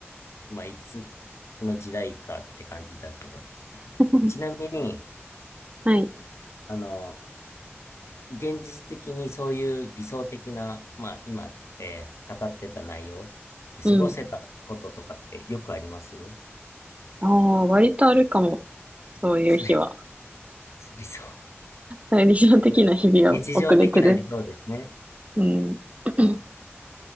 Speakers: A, on the left; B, on the right.
A: まあ、いつの時代かって感じだけど。
B: <laughs>
A: ちなみに、
B: はい。
A: あの、現実的にそういう理想的な、まあ、今、えー語ってた内容で過ごせたこととかってよくあります
B: うん。ああ、割とあるかも。そういう日は。
A: それ、理想。<laughs>
B: 理想的な日々を送れてる。
A: これ日常的な理想ですね。
B: うん。<clears throat>